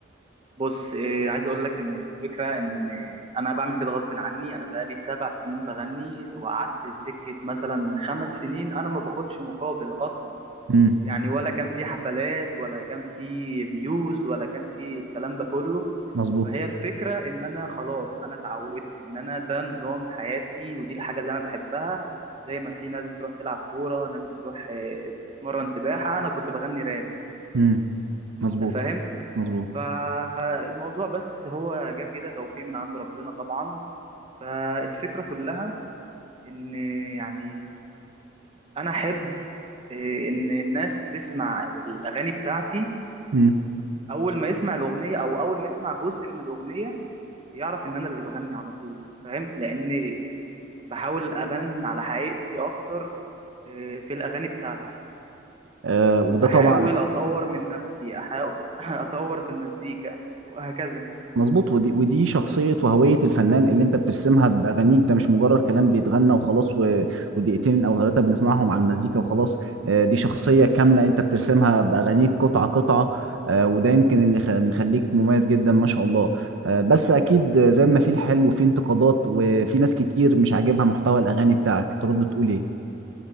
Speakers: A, on the right; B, on the right.
A: بص إيه عايز اقول لك ان الفكرة ان انا بعمل كده غصب عني انا بقالي سبع سنين بغني وقعدت سكة مثلا خمس سنين انا ما باخدش مقابل اصلا
B: امم
A: يعني ولا كان في حفلات ولا كان في فيوز ولا كان في الكلام ده كله
B: مظبوط
A: فهي الفكرة ان انا خلاص انا اتعودت ان انا ده نظام حياتي ودي الحاجة اللي انا بحبها زي ما في ناس بتروح تلعب كورة ناس بتروح آه، تتمرن سباحة انا كنت بغني راب
B: امم مظبوط
A: انت فاهم
B: مظبوط
A: فالموضوع بس هو جه كده توفيق من عند ربنا طبعا فالفكرة كلها ان يعني انا احب آه، ان الناس تسمع الاغاني بتاعتي
B: امم
A: اول ما يسمع الاغنية او اول ما يسمع جزء من الاغنية يعرف ان انا اللي بغني على طول فاهم لان بحاول ابان على حقيقتي اكتر آه، في الاغاني بتاعتي
B: آه، وده
A: احاول
B: طبعا
A: اطور من نفسي احاول <clears throat> <laughs> اطور في المزيكا وهكذا
B: مظبوط ودي ودي شخصية وهوية الفنان اللي انت بترسمها بأغانيك ده مش مجرد كلام بيتغنى وخلاص و... ودقيقتين او ثلاثة بنسمعهم على المزيكا وخلاص آه، دي شخصية كاملة انت بترسمها بأغانيك قطعة قطعة آه، وده يمكن اللي خ- مخليك مميز جدا ما شاء الله آه، بس اكيد زي ما في الحلو وفي انتقادات وفي ناس كتير مش عاجبها محتوى الأغاني بتاعك ترد تقول ايه